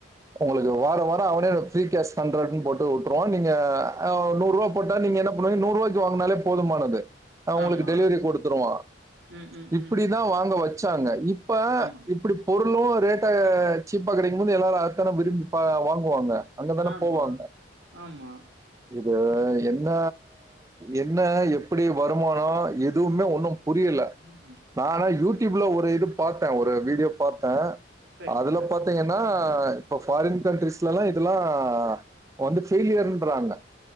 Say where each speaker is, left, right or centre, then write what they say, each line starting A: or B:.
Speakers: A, on the right (about 15°); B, on the right (about 65°).
A: உங்களுக்கு வாரம் வாரம் அவனே ஃப்ரிகேஷ் ஹண்ரட் ன்னு போட்டு விட்ருவான் நீங்க நூறு ரூபா போட்டா நீங்க என்ன பண்ணுவீங்க நூறுவாக்கி வாங்குனால போதுமானது அவன் உங்களுக்கு
B: ஆமா.
A: டெலிவரி குடுத்துருவான்
B: ம், ம்,
A: இப்டி
B: ம்.
A: தான் வாங்க வச்சாங்க இப் இப்ப
B: ஆமாங்க.
A: இப்டி பொருளும் ரேட்ட சீப்பா கிடைக்கும்போது எல்லாரும் அதத்தான விரும்பி வாங்குவாங்க அங்கே தானே
B: ஆமா
A: போவாங்க
B: ஆமா
A: இது என்ன என்ன எப்டி வருமானம் எதுவுமே ஒன்னும் புரியல
B: ம் ம்
A: நா ஆனா யூ டி யூப் ல ஒரு இது பாத்தேன் ஒரு வீடியோ பாத்தேன்
B: சரிங்க.
A: அதுல பாத் தீங்கன்னா இப்ப ஃபாரின் கண்ட்ரிஸ்லல்லாம் இதெல்லாம் வந்து ஃபெயிலியர்ன்றாங்க